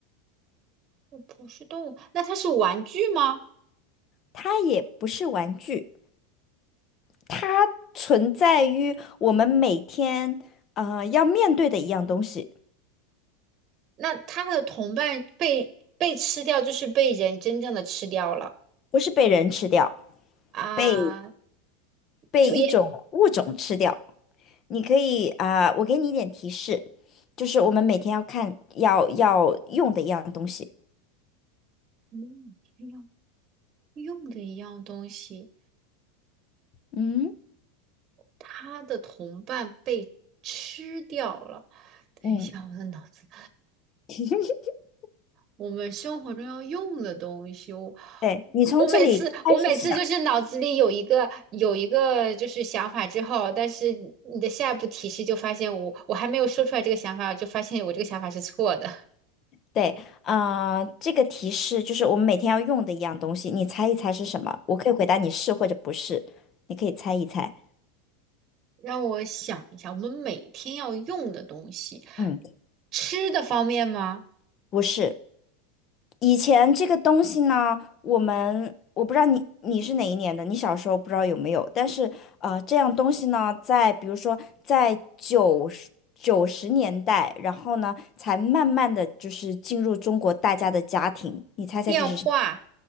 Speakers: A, on the right; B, on the left.
A: 呃不是动物，那他是玩具吗？
B: 他也不是玩具。它存在于我们每天呃要面对的一样东西，
A: 那他的同伴被被吃掉，就是被人真正的吃掉了
B: 不是被人吃掉，
A: 啊，
B: 被被一种物种吃掉。
A: 就也
B: 你可以啊、我给你一点提示，就是我们每天要看要要用的一样东西。
A: 嗯，一样用的一样东西。
B: 嗯
A: 他的同伴被吃掉了。等一下，
B: 嗯，
A: 我的脑子，
B: <laughs>
A: 我们生活中要用的东西，我
B: 对，你从这里开始想。
A: 我每次我每次就是脑子里有一个有一个就是想法之后，但是你的下一步提示就发现我我还没有说出来这个想法，就发现我这个想法是错的。<laughs>
B: 对，啊、这个提示就是我们每天要用的一样东西，你猜一猜是什么？我可以回答你是或者不是，你可以猜一猜。
A: 让我想一下，我们每天要用的东西，
B: 嗯，
A: 吃的方面吗？
B: 不是。以前这个东西呢，我们我不知道你你是哪一年的，你小时候不知道有没有，但是呃，这样东西呢，在比如说在九十九十年代，然后呢，才慢慢的就是进入中国大家的家庭。你猜猜这是什么？
A: 电话、